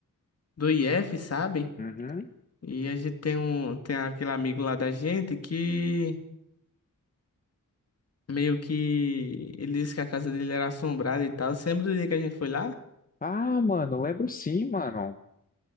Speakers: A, on the left; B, on the left.
A: do IF, sabe?
B: Uhum.
A: E a gente tem um. Tem aquele amigo lá da gente que meio que ele disse que a casa dele era assombrada e tal. Você lembra do dia que a gente foi lá?
B: Ah, mano, lembro sim, mano.